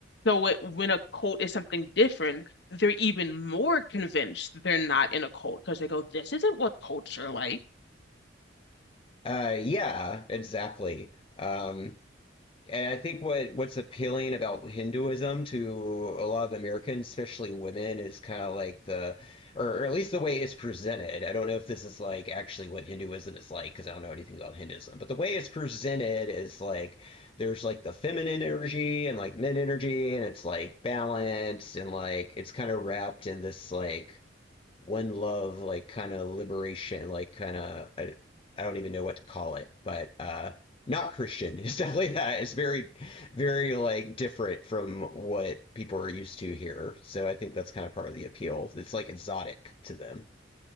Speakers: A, on the left; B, on the left.
A: So it, when a cult is something different, they're even more convinced that they're not in a cult because they go, this isn't what cults are like.
B: Uh, yeah, exactly. Um, And I think what what's appealing about Hinduism to a lot of Americans, especially women, is kind of like the, or, or at least the way it's presented. I don't know if this is like actually what Hinduism is like because I don't know anything about Hinduism, but the way it's presented is like there's like the feminine energy and like men energy, and it's like balanced and like it's kind of wrapped in this like one love like kind of liberation like kind of I, I don't even know what to call it but uh not Christian <laughs> it's definitely that it's very very like different from what people are used to here so I think that's kind of part of the appeal it's like exotic to them